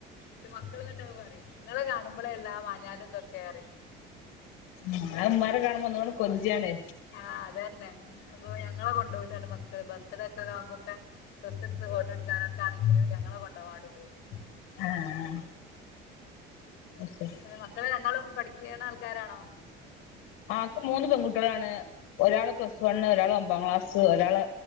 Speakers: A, on the left (about 55°); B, on the left (about 85°).
A: ൻ്റെ മക്കൾ ന്ന്ട്ട് പറയും നിങ്ങളെ കാണുമ്പോള എല്ലാ മഞ്ഞാലും തെക്കെ അറിയും
B: അഹ് ഉമ്മാരെ കാണുമ്പോ ന്ഒന്നൂടെ കൊഞ്ചാണ്
A: ആഹ് അതന്നെ അപ്പൊ ഞങ്ങളെ കൊണ്ടപോകുല മക്കള് ബർത്ത്ഡേ ഒക്കെ ആകുമ്പോ ഒകെ ഡ്രസ്സ് എടുത്ത് ഫോട്ടോ എടുക്കാനൊക്കെ ആണെങ്കിലും ഞങ്ങളെ കൊണ്ടാകാതേ പോകും
B: ആഹ് <unintelligible>
A: ഏ മക്കൾ രണ്ടാളും പഠിക്കണ ആൾക്കാരാണോ
B: ആക്ക് മൂന്ന് പെൺകുട്ടികളാണ് ഒരാള് പ്ലസ് വൺ ഒരാള് ഒമ്പാം ക്ലാസ് ഒരാള്